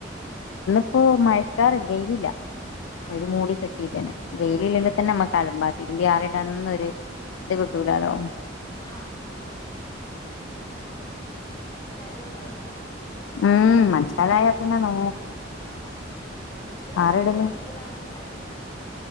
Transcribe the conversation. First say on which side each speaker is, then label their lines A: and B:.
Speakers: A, on the left; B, on the left.
A: <unintelligible> ക്കാറണ്ട് വെയിലില്ല അത്
B: ആഹ്
A: ഒരു മൂടി കെട്ടിട്ട് തന്നെ ഈ വെയില ഇല്ലെങ്കിൽ
B: ആഹ് ആഹ്
A: തന്നെ നമ്മുക്ക് <unintelligible> ആറിടാനന്നൊരു ഇത് കിട്ടുലാലോ
B: ആ സലുണ് ണ്ടാവൂല
A: ഉം മനക്കാല ആായ പിന്നെ നോ
B: ആ ആ എത്ര മെഷീന
A: ആറിടല്
B: ഉണക്കീന്ന് പറഞ്ഞിട്ട് കാര്യല്ല